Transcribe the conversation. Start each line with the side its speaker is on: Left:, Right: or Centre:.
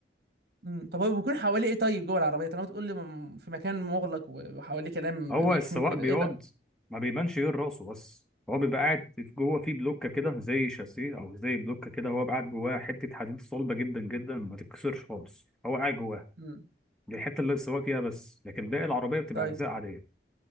Right: مم. طب هو بيكون حواليه ايه طيب جوه العربيه طالما تقول لي م- في مكان مغلق و- وحواليه كلام
Centre: هو
Right: بيحميه
Centre: السواق
Right: وكده
Centre: بيقعد
Right: ايه بقى
Centre: ما بيبانش غير راسه بس هو بيبقى قاعد في- جوه في بلوكة كده زي شاسيه أو زي بلوكة كده هو قاعد جواها حتة حديد صلبة جدا جدا ما تتكسرش خالص هو قاعد جواها
Right: مم.
Centre: دي الحتة اللي السواق فيها بس لكن باقي العربية بتبقى
Right: طيب
Centre: أجزاء عادية